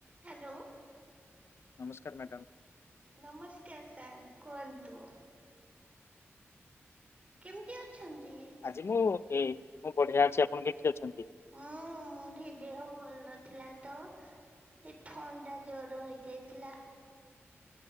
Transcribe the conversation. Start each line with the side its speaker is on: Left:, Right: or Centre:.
Right: Hello!
Left: ନମସ୍କାର madam.
Right: ନମସ୍କାର sir, କୁହନ୍ତୁ? କେମିତି ଅଛନ୍ତି?
Left: ଆଜି ମୁଁ ଏ, ମୁଁ ବଢିଆ ଅଛି। ଆପଣ କେମିତି ଅଛନ୍ତି?
Right: ହଁ, ମୋଠି ଦେହ ଭଲ ନଥିଲା ତ ଏଇ ଥଣ୍ଡା, ଜ୍ୱର ହେଇଯାଇଥିଲା।